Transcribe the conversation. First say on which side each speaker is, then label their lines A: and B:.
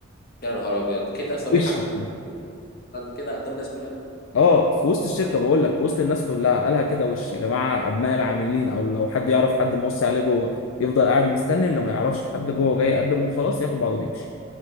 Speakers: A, on the left; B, on the left.
A: يا نهار ابيض كده صريحة
B: وش كده
A: كده قدام الناس كلها
B: اه في وسط الشركه بقول لك في وسط الناس كلها قالها كده وش يا جماعه ابناء العاملين او لو حد يعرف حد موصي عليه جوه يفضل قاعد مستني اللي ما يعرفش حد جوه جاي يقدم وخلاص ياخد بعضه ويمشي